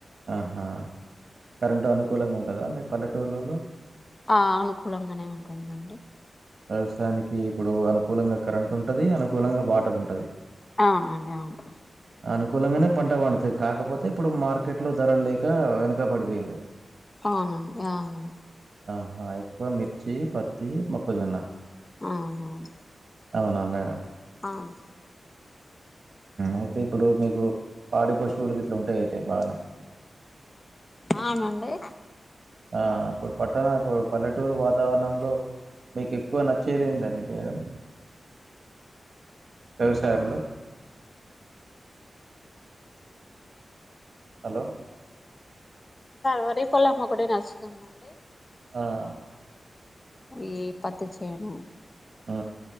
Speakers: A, on the right; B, on the left.
A: ఆహా కరెంటు అనుకూలంగా ఉంటుందా మీ పల్లెటూళ్లలో
B: అనుకూలంగానే ఉంటుందండి
A: వ్యవసాయానికి ఇప్పుడు అనుకూలంగా కరెంట్ ఉంటది అనుకూలంగా వాటర్ ఉంటది
B: అవునండి అవును
A: అనుకూలంగానే పంట పండుతాయి కాకపోతే ఇప్పుడు మార్కెట్ లో ధరలు లేక వెనక పడిపోయిన్లు
B: అవునండి అవును
A: ఆహా ఎక్కువ మిర్చి పత్తి మొక్కజొన్న
B: అవునవును
A: అవునా మేడం
B: అను
A: అయితే ఇప్పుడు మీకు పాడి పశువులు ఇట్లు ఉంటాయి అయితే బాగానే
B: అవునండి
A: ఆ ఇప్పుడు పట్ట ఇప్పుడు పల్లెటూరు వాతావరణంలో మీకు ఎక్కువ నచ్చేది ఏందని బేరం వ్యవసాయంలో హలో
B: వరి పొలమ్మ కూడా నడుచ్చుతుందండి
A: ఆ!
B: ఈ పత్తి చేేను
A: ఉ